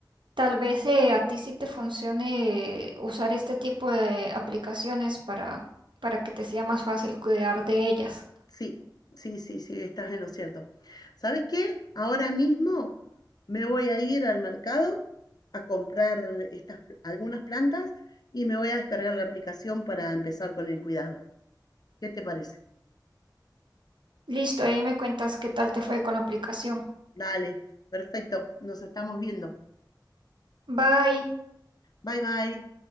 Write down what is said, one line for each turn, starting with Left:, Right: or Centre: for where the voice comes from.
Right: tal vez eh, a ti sí te funcione usar este tipo de aplicaciones para, para que te sea más fácil cuidar de ellas.
Left: Sí, sí, sí, sí, estás en lo cierto. ¿Sabes qué? Ahora mismo me voy a ir al mercado a comprar estas, algunas plantas y me voy a descargar la aplicación para empezar con el cuidado. ¿Qué te parece?
Right: Listo, ahí me cuentas qué tal te fue con la aplicación.
Left: Dale, perfecto, nos estamos viendo.
Right: Bye.
Left: Bye bye.